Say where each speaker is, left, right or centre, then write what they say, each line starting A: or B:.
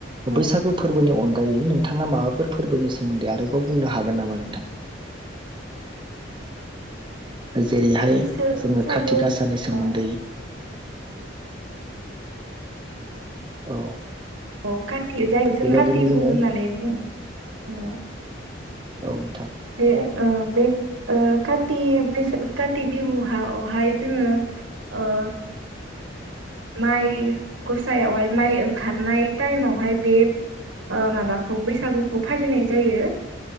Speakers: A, on the right (about 85°); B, on the right (about 25°).
A: औ
B: बैसागु फोरबोनि अनगायै नों नोंथाङा माबाफोर फोरबोनि सोमोन्दै आरोबाव बुंनो हागोन नामा नोंथां? जेरैहाय।
A: बैसो
B: जोङो
A: बैसागु
B: खारति गासानि सोमोन्दै।
A: औ
B: <inaudible> औ
A: अ काति जाय जों
B: बेबायदिनो
A: काति
B: जोङो
A: बिहु होननानै बुङो औ।
B: औ नोंथां।
A: बे ओ बे ओ काति बैसा काति बिहुआव हाय जोङो ओ माइ गसायावहाय माइ ओंखारनाय टाइमावहाय बे ओ माबाखौ बैसागुखौ फालिनाय जायो